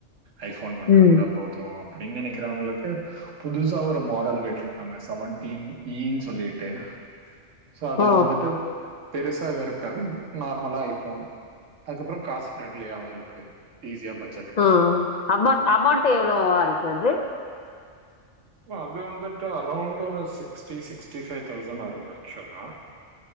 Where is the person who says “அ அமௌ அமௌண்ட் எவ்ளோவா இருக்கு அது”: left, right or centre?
Left